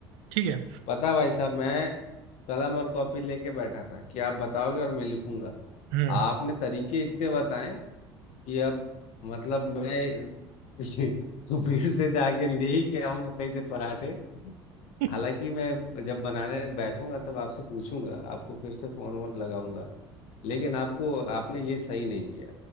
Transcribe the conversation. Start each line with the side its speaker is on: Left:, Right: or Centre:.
Right: ठीक है
Left: पता है भाई साहब मैं कलम और कॉपी लेके बैठा था कि आप बताओगे और मैं लिखूंगा
Right: हम्म
Left: आपने तरीके इतने बताए कि अब मतलब मैं <laughs> सुबीर से जाके ले ही के आऊंगा कहीं से पराठे
Right: <laughs>
Left: हालांकि मैं जब बनाने बैठूंगा तब आपसे पूछूंगा आपको फिर से फोन वोन लगाऊंगा लेकिन आपको आपने ये सही नहीं किया